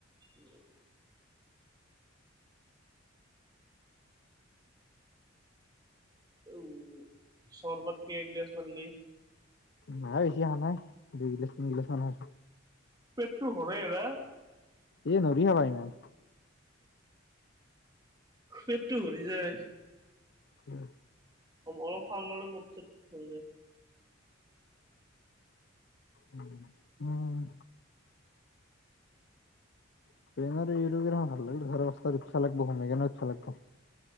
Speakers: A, on the right; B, on the left.
A: উম, উম, চৰবত কেই গ্লাছ মাৰলি?
B: নাই বেছি খনাই দুই গিলাচ, তিনগিলাচ মান খাইছো।
A: পেতটো ভৰাই নাই?
B: এ নৰি খাবা ইমান।
A: পেটটো ভৰি যায়।
B: উম,
A: অলপ খোৱাৰ লগে - লগে পেট ছেট ভৰি যায়।
B: উম, উম। স্পেইন আৰু ইৰোপেখন ভাল লাগিলে <unintelligible> লাগব <unintelligible>